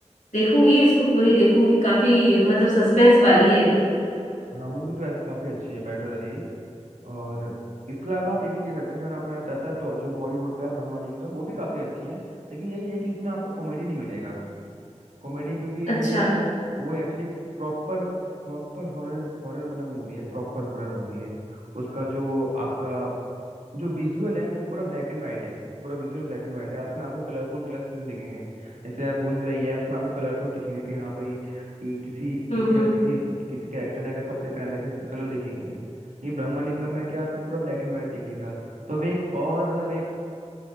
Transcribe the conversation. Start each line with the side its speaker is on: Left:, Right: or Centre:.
Left: देखूंगी इसको पूरी देखूंगी काफी मतलब सस्पेंस वाली है
Right: हाँ मूवी तो वैसे काफी अच्छी है बेटर है ये और इसके अलावा आप ये भी दे सकते हैं जो आपको मैं बताता था, तो जो बॉलीवुड का है ब्रह्मालिंगम वो भी काफी अच्छी है लेकिन यही है कि इसमें आपको कॉमेडी नहीं मिलेगा कॉमेडी क्योंकि
Left: अच्छा
Right: वो वो actually proper proper horror horror मतलब मूवी है प्रॉपर हॉरर मूवी है उसका जो आपका जो विजुअल है वो पूरा ब्लैक एंड वाइट है पूरा विजुअल ब्लैक एंड वाइट है उसमें आपको कलरफुल कलर्स कुछ नहीं दिखेंगे जैसे आप भूल भुलैया है उसमें आपको कलरफुल दिखेंगे कि हाँ भाई ये किसी
Left: हम्म
Right: किसी
Left: हम्म
Right: अगर किसी किसी कैरेक्टर ने अगर कपड़े पहन रखे हैं, तो कलर दिखेंगे ये ब्रह्मलिंगम में क्या आपको पूरा ब्लैक एंड वाइट दिखेगा तो अब एक और मतलब एक